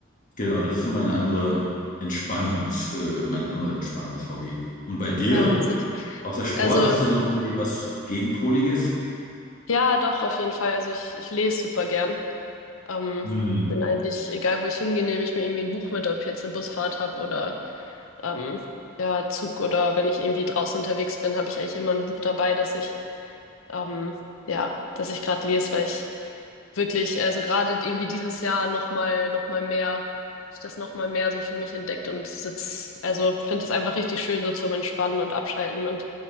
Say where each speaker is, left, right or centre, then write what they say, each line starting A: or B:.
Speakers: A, on the left; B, on the left.
A: Genau, das ist so meine andere Entspannungs, äh, mein anderes Entspannungshobby. Und bei dir?
B: Ja, witzig.
A: Außer Sport
B: Also
A: hast du noch irgendwie was Gegenpoliges?
B: Ja, doch, auf jeden Fall. Also ich, ich lese super gern. Ähm,
A: Hm.
B: bin eigentlich, egal wo ich hingehe, nehme ich mir irgendwie ein Buch mit, ob ich jetzt eine Busfahrt habe oder ähm, ja, Zug oder wenn ich irgendwie draußen unterwegs bin, habe ich eigentlich immer ein Buch dabei, dass ich ähm, ja, dass ich gerade lese, weil ich Wirklich, also gerade irgendwie dieses Jahr nochmal, nochmal mehr, hab ich das nochmal mehr so für mich entdeckt und sitz, also finde es einfach richtig schön so zum Entspannen und Abschalten und